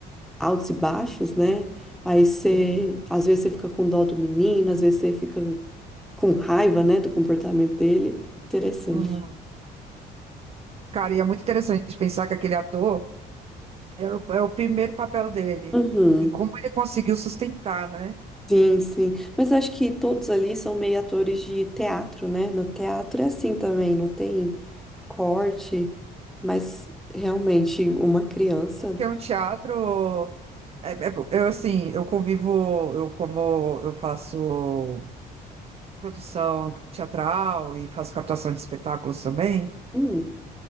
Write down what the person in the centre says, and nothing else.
altos e baixos, né? Aí você,
às vezes você fica com dó do menino, às vezes você fica com raiva, né, do comportamento dele. Interessante.
Uhum.
Sim, sim. Mas acho que todos ali são meio atores de teatro, né? No teatro é assim também, não tem corte, mas realmente uma criança.
Hum,